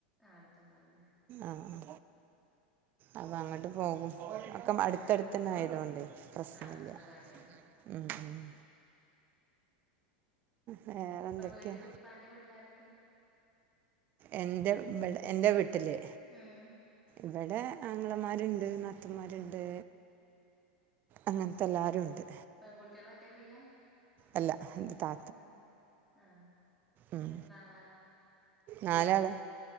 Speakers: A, in the centre; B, on the right.
A: ആഹ് അട്ത്തുണ്ടാവല്ലേ.
B: ആഹ് അപ അങ്ങട്ട് പോകും. ഒക്ക അടുത്തടുത്തന്നായതൊണ്ടേ
A: ആഹ്
B: പ്രശ്നല്ല്യ
A: ആഹ് സുഖാണല്ലേ
B: ഉംഹ് ഉംഹ് വേറെ
A: ഇപ്പ
B: എന്തൊക്കെയാ
A: വീട്ടില് ഇപ്പാന്റെ വീട്ടിലാരൊക്കെ?
B: എന്റെ വ്ടെ എന്റെ വീട്ടില്
A: ഉം
B: ഇവിടെ. ആങ്ങളമാര്ണ്ട്, നാത്തുമാര്ണ്ട് അങ്ങൻത്തെ എല്ലാരുണ്ട്.
A: പെൺകുട്ട്യാളൊറ്റക്ക് ഇയ്യാ.
B: അല്ല ന്റെ താ
A: ഉം ആഹ്
B: ഉം
A: എത്ര ആങ്ങളാരാ
B: നാലാള്